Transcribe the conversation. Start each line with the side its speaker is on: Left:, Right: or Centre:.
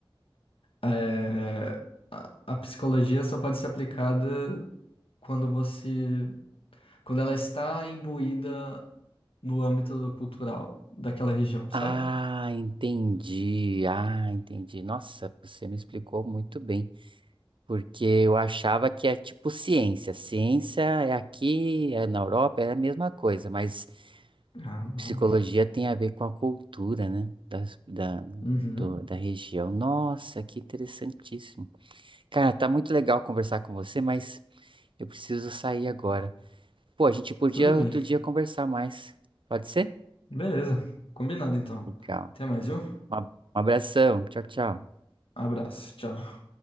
Left: é, a a psicologia só pode ser aplicada quando você quando ela está imbuída no âmbito cultural daquela região, sabe?
Right: Ah, entendi. Ah, entendi. Nossa, você me explicou muito bem, porque eu achava que é tipo ciência. Ciência é aqui, é na Europa, é a mesma coisa, mas
Left: Ah, não.
Right: psicologia tem a ver com a cultura, né? Das, da,
Left: Uhum.
Right: do- da região. Nossa, que interessantíssimo. Cara, tá muito legal conversar com você, mas eu preciso sair agora. Pô, a gente podia
Left: Tudo bem.
Right: outro dia conversar mais. Pode ser?
Left: Beleza. Combinado então.
Right: Legal.
Left: Até mais, viu?
Right: Um ab- um abração. Tchau, tchau.
Left: Abraço. Tchau.